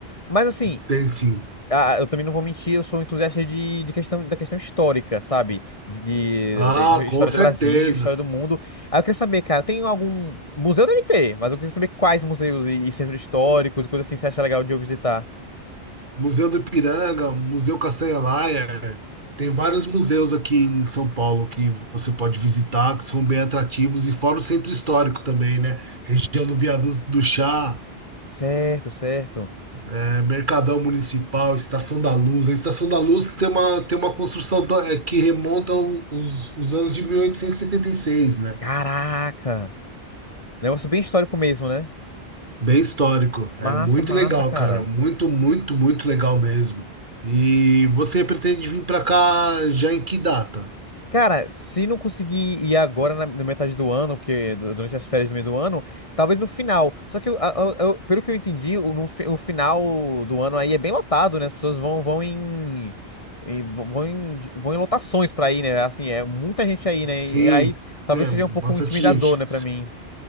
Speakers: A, on the left; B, on the right.
A: Mas assim,
B: tem sim.
A: ah, eu também não vou mentir, eu sou um entusiasta de, de questão, da questão histórica, sabe? De, de-
B: Ah,
A: de- de
B: com
A: história
B: certeza.
A: do Brasil, história do mundo. Aí eu queria saber, cara, tem algum. Museu deve ter, mas eu queria saber quais museus e, e centros históricos e coisas assim você acha legal de eu visitar.
B: Museu do Ipiranga, Museu Castanha Laia, tem vários museus aqui em São Paulo que você pode visitar, que são bem atrativos, e fora o centro histórico também, né? Região do Viaduto do Chá,
A: Certo, certo.
B: eh, Mercadão Municipal, Estação da Luz. A Estação da Luz tem uma, tem uma construção to- eh, que remonta ao- os, os anos de 1876, né?
A: Caraca! Negócio bem histórico mesmo, né?
B: Bem histórico. É
A: Massa,
B: muito
A: massa,
B: legal,
A: cara.
B: cara. Muito, muito, muito legal mesmo. E você pretende vir para cá já em que data?
A: Cara, se não conseguir ir agora na, na metade do ano, porque du- durante as férias do meio do ano, talvez no final. Só que, eu- a- a- eu- pelo que eu entendi, o, no fi- o final do ano aí é bem lotado, né? As pessoas vão, vão em, em- vão em, vão em lotações pra ir, né? Assim, é muita gente aí, né?
B: Sim,
A: E aí talvez
B: é
A: seja
B: bastante
A: um pouco intimidador,
B: gente.
A: né, pra mim.